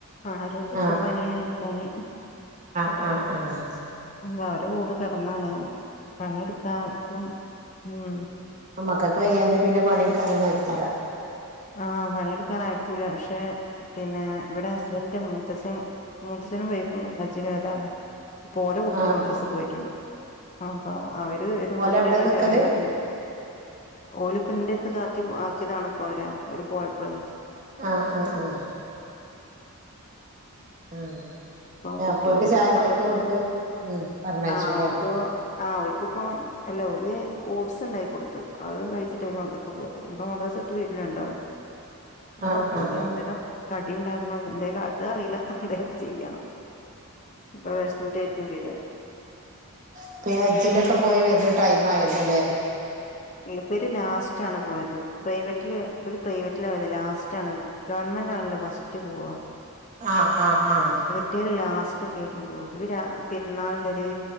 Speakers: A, on the left; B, on the right.
A: ആരും എണീക്ക
B: ആഹ്
A: പനിയാണ് പനി
B: ആഹ് ആഹ്
A: പുള്ളാരെ കൂടെ കെടന്നാണ് പണിയെട്ക്കാൻ ക്കും ഉം
B: ആഹ് മക്കക്ക്‌ വയ്യാഞ്ഞാ പിന്നെ പണിട്ക്കാനൊന്നും ആയ്ക്കൂല
A: ആഹ് പണീട്ക്കാനായ്ക്കൂല പക്ഷെ പിന്നെ ഇവടെ ഹസ്ബൻഡിന്റെ മൂത്തച്ഛൻ മൂത്തച്ഛനും വൈഫും ഹജ്ജിനോയതാണ് പ്പോ ഓലെ കുട്ടികള്
B: ആഹ്
A: മദ്രസ് പോയിറ്റ്ണ്ട് അപ്പ അവര് വരുമ്പോൾത്തിനിനി
B: ഓല് അവിടെ നിക്കല്
A: ചായിതൊക്കെ ണ്ട് ഓല് പ്പന്റെര്ത്ത്ക്കാക്കി ആക്ക്യതാണ് പ്പവരെ ഓര് പോയപ്പളെ
B: ആഹ് ആഹ് ആഹ് ആഹ്
A: പ്പ
B: ആഹ്
A: കുട്ട്യളോട്പ്പോ
B: അപ്പോൽക്ക് ചായ ഉണ്ടാക്കി
A: മദ്രസ
B: കൊടുത്ത്
A: വിട്ട് വരും
B: ഉം പറഞ്ഞയച്ചുല്ലേ
A: ആ ഓൽക്ക് ആഹ് ഓൽക്കിപ്പോ അല്ല ഓല് ഓട്സ്ണ്ടായി കൊട്ത്ത് അത് കഴിച്ചിട്ടവര് മദ്ര സക്ക് പോയത് ഇപ്പോ മദ്രസ വിട്ട് വരും രണ്ടാളും അപ്പ
B: ആഹ്
A: അപ്പോത്തിനും
B: ആഹ് ആഹ്
A: എന്തേലും കടി ണ്ടാക്കണം എന്തേ കാട്ട്കാ അറീല എന്തേലും ചെയ്യണം ഇപ്പൊ വെശ്ന്നിട്ടേര്ക്കും വര്വാ
B: പ്പോ ഈ ഹജ്ജ് നൊക്കെ പോയി വരുന്ന ടൈം ആയല്ലോ ലെ
A: ഇവര് ലാസ്റ്റാണ് പോയത് പ്രൈവറ്റില് ഇവര് പ്രൈവറ്റിലാ പോയത് ലാസ്റ്റ് ആണ് പോ ഗവൺമെന്റാണല്ലോ ഫസ്റ്റ് പോവാ
B: ആഹ് ആഹ് ആഹ്
A: മറ്റോര് ലാസ്റ്റ് ഒക്കെ ആയിട്ട് പോവ പിന്നെ പെരുന്നാൾന്റെ ഒരു